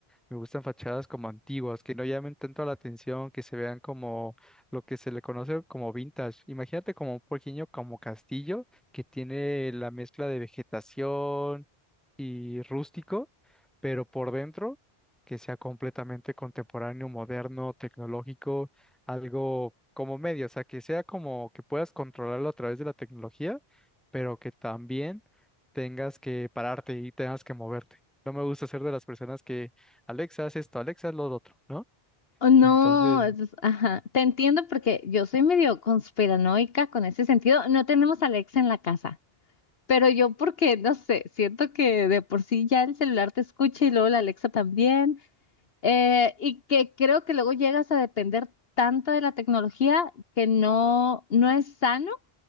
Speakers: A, in the centre; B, on the left.
A: me gustan fachadas como antiguas, que no llamen tanto la atención, que se vean como lo que se le conoce como vintage. Imagínate como un pequeño como castillo que tiene la mezcla de vegetación y rústico, pero por dentro que sea completamente contemporáneo, moderno, tecnológico algo como medio, o sea, que sea como que puedas controlarlo a través de la tecnología, pero que también tengas que pararte y tengas que moverte. No me gusta ser de las personas que, Alexa, haz esto, Alexa, haz lo otro, ¿no?
B: Oh, No,
A: Entonces,
B: es- ajá, te entiendo porque yo soy medio conspiranoica con ese sentido. No tenemos a Alexa en la casa, pero yo porque, no sé, siento que de por sí ya el celular te escucha y luego la Alexa también, eh, y que creo que luego llegas a depender tanto de la tecnología que no, no es sano